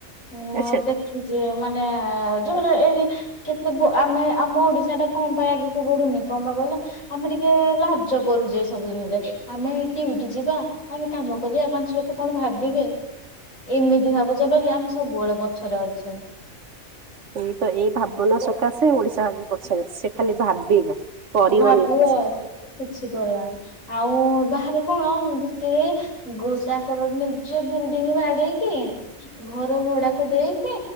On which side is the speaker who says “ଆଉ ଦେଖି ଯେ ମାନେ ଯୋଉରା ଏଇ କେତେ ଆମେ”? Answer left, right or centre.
Left